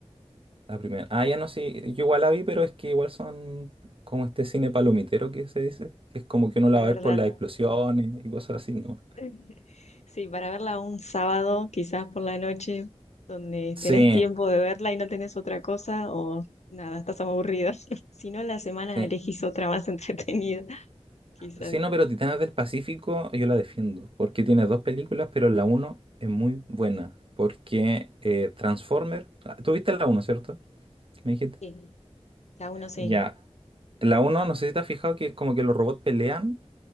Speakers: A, on the right; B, on the left.
A: la primera. Ah, ya no sé, yo igual la vi, pero es que igual son como este cine palomitero que se dice, que es como que uno la
B: verdad.
A: ve por las explosiones y cosas así, ¿no?
B: <laughs> Sí, para verla un sábado, quizás por la noche, donde
A: Sí,
B: tenés tiempo de verla y no tenés otra cosa, o nada, estás aburrida. <laughs> Si no, en la semana
A: sí.
B: elegís otra más entretenida, <laughs> quizás.
A: Sí, no, pero Titanes del Pacífico yo la defiendo, porque tiene dos películas, pero la uno es muy buena, porque eh, Transformer, ah, tú viste la uno, ¿cierto? Me dijiste.
B: Sí, la uno sí,
A: Ya, la uno, no sé si te has fijado que es como que los robots pelean